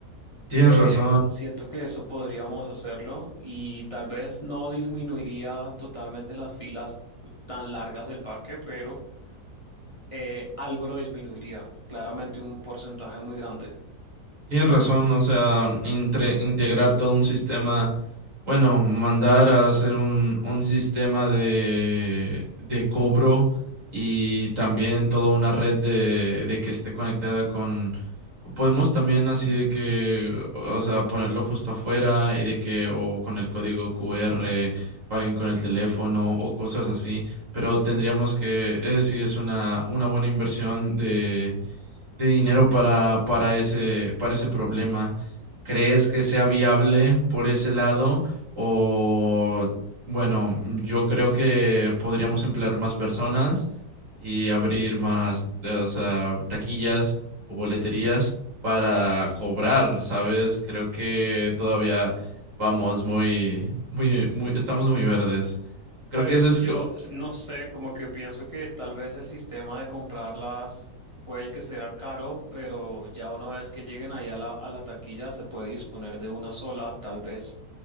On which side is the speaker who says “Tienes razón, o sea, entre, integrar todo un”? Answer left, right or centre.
Right